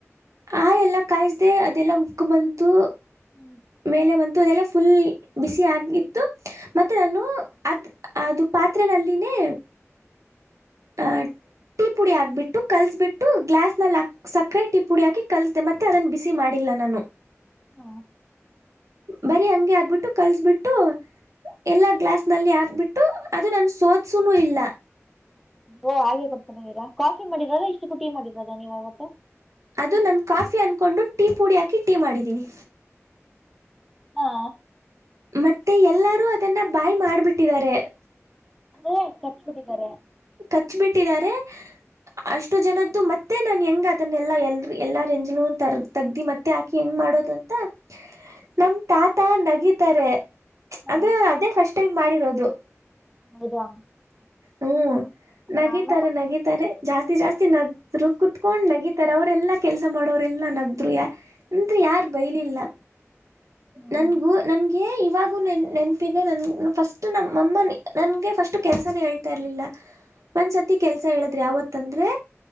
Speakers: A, on the right; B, in the centre.
A: ಆ ಎಲ್ಲಾ ಕಾಯಸ್ದೆ ಅದೆಲ್ಲಾ ಉಕ್ಕ ಬಂತು
B: ಹ್ಮ್
A: ಮೇಲೆ ಬ ಅದೆಲ್ಲ ಫುಲ್ ಬಿಸಿ ಆಗಿತ್ತು ಮತ್ತೆ ನಾನು ಅದ್ ಅದು ಪಾತ್ರದಲ್ಲಿನೇ ಆ ಟೀ ಪುಡಿ ಆಗ್ಬಿಟ್ಟ ಕಲ್ಸಬಿಟ್ಟು ಗ್ಲಾಸ್ ನಲ್ಲಿ ಸಕರೆ ಟಿ ಪುಡಿ ಹಾಕಿ ಕಲಸ್ದ ಮತ್ತೆ ಅದನ್ನ ಬಿಸಿ ಮಾಡಿಲ್ಲ ನಾನು
B: ಹಾ
A: ಬರಿ ಹಂಗೆ ಆಕ್ಬಿಟ್ಟು ಕಲ್ಸ್ಬಿಟ್ಟು ಎಲ್ಲಾ ಗ್ಲಾಸ್ ನಲ್ಲಿ ಹಾಕ್ಬಿಟ್ಟು ಅದು ನಾನು ಸೋದಸುನು ಇಲ್ಲ
B: ಓ ಹಾಗೆ ಕೊಡ್ಕೊಂಡೀರಾ ಕಾಫಿ ಮಾಡಿದದ ಇಷ್ಟು ಕುಟಿ ಮಾಡಿದ್ರದ ನೀವ್ವತ್ತು
A: ಅದು ನಾನ ಕಾಫಿ ಅನ್ಕೊಂಡು ಟೀ ಪೂಡಿ ಹಾಕಿ ಟೀ ಮಾಡಿದ್ದೀನಿ
B: ಹಾ
A: ಮತ್ತೆ ಎಲ್ಲರೂ ಅದನ್ನ ಬಾಯ್ ಮಾಡ್ಬಿಟ್ಟಿದ್ದಾರೆ
B: ಅಂದ್ರೆ ಖರ್ಚ್ ಬಿಟ್ಟಿದ್ದಾರೆ
A: ಕಚ್ಬಿಟ್ಟಿದ್ದಾರೆ ಅಷ್ಟು ಜನದ್ದು ಮತ್ತೆ ನಾನನ್ ಹೆಂಗ್ ಅದನ್ನೆಲ್ಲಾ ಎಲ್ ಎಲ್ಲಾ ರಂಜಲು ತ ತಗ್ದಿ ಮತ್ತೆ ಹಾಕಿ ಹೆಂಗ್ ಮಾಡೋದು ಅಂತ <inaudible> ನಮ್ ಆತ ನಗಿತರೆ
B: ಹಾ
A: ಅಂದ್ರೆ ಅದೇ ಫಸ್ಟ್ ಟೈಮ್ ಮಾಡಿರೋದು ದ <unintelligible>
B: ಹೌದಾ
A: ಹ್ಮ
B: ಹಾ
A: ನಗಿತಾರೆ
B: ಆಮೇಲೆ
A: ನಗಿತಾರೆ ಜಾಸ್ತಿ ಜಾಸ್ತಿ ನದ್ರು ಕುೂತ್ಕೊಂಡ್ ನಗಿತಾರ ಅವರೆಲ್ಲಾ ಕೆಲ್ಸ ಮಾಡೋರೆೆಲ್ಲಾ ನಗ್ರು ಯ ಎಂತ್ ಯಾರ್ ಬೈಲಿಲ್ಲ
B: ಹ್ಮ್
A: ನನ್ಗೂ ನನ್ಗೆ ಇವಾಗ ಹಾಗು ನೆನಪಿದೆ ನ ಫಸ್ಟ್ ನಮ್ಮಮ್ಮ ನನ್ಗೆ ಫಸ್ಟ್ ಕೆಲಸನೇಳ್ತಾ ಇರ್ಲಿಲ್ಲ ಒಂದ್ಸತಿ ಕೆಲ್ಸ ಹೇಳದ್ರಿ ಯಾವತ್ ತಂದರೆ